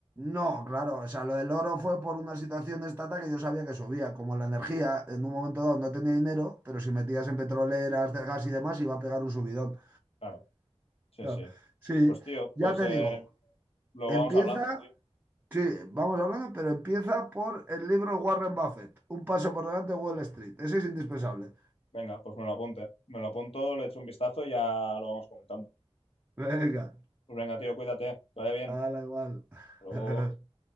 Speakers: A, on the right (about 15°); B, on the left (about 60°).
A: No, claro, o sea, lo del oro fue por una situación de estata que yo sabía que subía, como la energía, en un momento dado no tenía dinero, pero si metías en petroleras, del gas y demás, iba a pegar un subidón.
B: Claro. Sí,
A: Claro.
B: sí.
A: Sí,
B: Pues tío,
A: ya
B: pues
A: te
B: eh,
A: digo,
B: lo
A: empieza,
B: vamos hablando, tío.
A: sí, vamos hablando, pero empieza por el libro Warren Buffett, Un paso por delante de Wall Street, ese es indispensable.
B: Venga, pues me lo apunte. Me lo apunto, le echo un vistazo y ya lo vamos comentando.
A: Venga,
B: Pues venga, tío, cuídate, que vaya bien.
A: la igual.
B: Hasta luego.
A: <laughs>